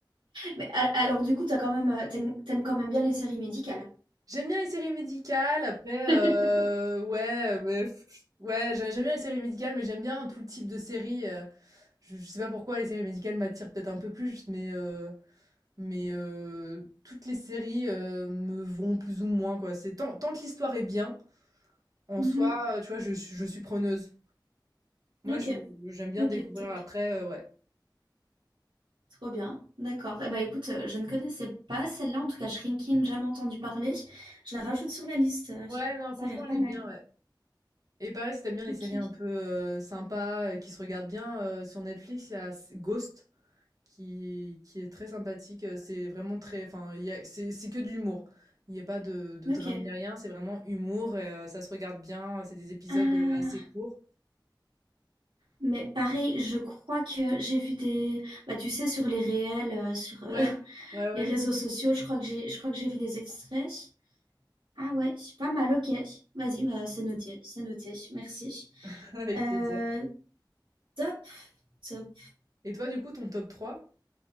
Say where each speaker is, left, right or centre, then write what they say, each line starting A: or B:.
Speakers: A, on the right (about 85°); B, on the right (about 50°).
A: Mais a- alors du coup, t'as quand même, euh, t'aimes t'aimes quand même bien les séries médicales.
B: J'aime bien les séries médicales. Après,
A: <laughs>
B: euh, ouais, mais pff, ouais, j'ai- j'aime bien les séries médicales, mais j'aime bien tout le type de séries. euh, je, je sais pas pourquoi les séries médicales m'attirent peut-être un peu plus, mais. euh, Mais heu, toutes les séries, heu, me vont plus ou moins, quoi. C'est tant tant que l'histoire est bien, en
A: Mhm.
B: soi, heu, tu vois, je suis je suis preneuse. Moi,
A: Ok.
B: je j'aime bien
A: Ok,
B: découvrir
A: top.
B: après, heu, ouais.
A: Trop bien, d'accord. Eh ben écoute, euh, je ne connaissais pas celle-là, en tout cas Shrinkin, jamais entendu parler. Je la rajoute sur la liste, euh,
B: Ouais, non,
A: ça
B: franchement,
A: a l'air
B: elle
A: pas
B: est
A: mal.
B: bien, ouais. Et pareil, si t'aimes bien les
A: Ok,
B: séries un peu, heu, sympas, heu, qui se regardent bien, heu, sur Netflix, il y a s Ghost qui qui est très sympathique, heu, c'est vraiment très enfin, il y a c'est c'est que de l'humour. Il y a pas de de
A: ok.
B: drame ni rien, c'est vraiment humour et heu, ça se regarde bien, c'est des épisodes,
A: Ah,
B: heu, assez courts.
A: mais pareil, je crois que j'ai vu des... Bah tu sais, sur les réels, euh, sur
B: Ouais,
A: euh, <laughs>
B: ouais, ouais.
A: les réseaux sociaux, je crois que j'ai, je crois que j'ai vu des extraits. Ah ouais, c'est pas mal, ok. Vas-y, bah c'est noté, c'est noté, merci.
B: <laughs> Avec
A: Euh,
B: plaisir.
A: top, top.
B: Et toi, du coup, ton top trois?